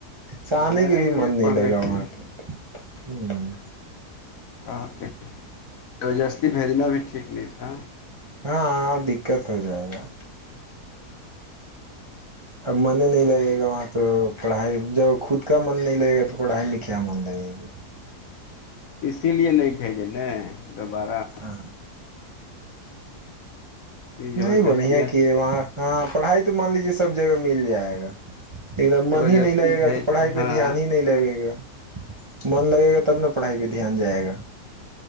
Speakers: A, on the right (about 30°); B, on the left (about 60°).
A: سہنے
B: نہیں
A: کے بھی
B: گئے
A: من نہیں
B: پڑھنے
A: لگا
B: کی
A: وہاں پہ ہوں
B: اک بجستی بھیجنا بھی ٹھیک نہیں تھا
A: ہاںاں دقت ہو جائے گا اب من نہیں لگے گا وہاں تو پڑھائی جب خود کا من نہیں لگے گا تو پڑھائی میں کیا من لگے گا
B: اسی لیے نہیں بھیجے ن دوبارہ
A: ہاں
B: یہ زبردستیاں
A: نہیں بڑھیا کی ہے وہاں ہاں پڑھائی تو مان لیجے سب جگہ مل جائے گا لیکن اب
B: زبردستی
A: من ہی نہیں لگے گا
B: بھیج
A: تو پڑھائی
B: ہاں
A: پہ دھیان ہی نہیں لگے گا من لگے گا تب نہ پڑھائی پہ دھیان جائے گا